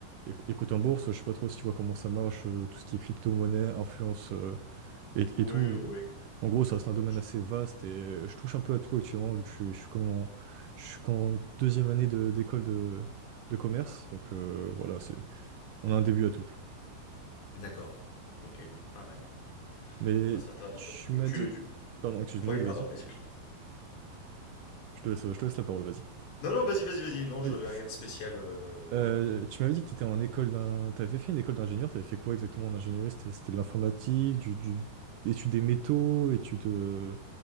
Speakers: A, on the right; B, on the left.
A: et, et côté en bourse, je sais pas trop si tu vois comment ça marche, euh, tout ce qui est crypto-monnaie, influence euh, et,
B: Oui,
A: et tout.
B: oui, Ouais.
A: En gros, ça reste
B: oui.
A: un
B: Ouais.
A: domaine assez vaste et euh, je touche un peu à tout actuellement, vu que je suis, je suis comme en, je suis qu'en deuxième année de, d'école de, de commerce, donc euh, voilà, c'est, on a un début à tout.
B: D'accord. Ok. Ah ouais.
A: Mais
B: Ah, c'est intéressant.
A: tu m'as
B: Tu,
A: dit...
B: tu...
A: Pardon, excuse-moi,
B: Oui,
A: oui,
B: pardon,
A: vas-y.
B: excuse-moi.
A: Je te laisse, je te laisse la parole, vas-y.
B: Non, non, vas-y, vas-y, vas-y. Non,
A: Ok.
B: je veux rien de spécial. euh,
A: Euh,
B: voilà.
A: tu m'avais dit que tu étais en école d'un... T'avais fait une école d'ingénieur, t'avais fait quoi exactement en ingénierie? C'était, c'était de l'informatique, du, du... études des métaux, études euh,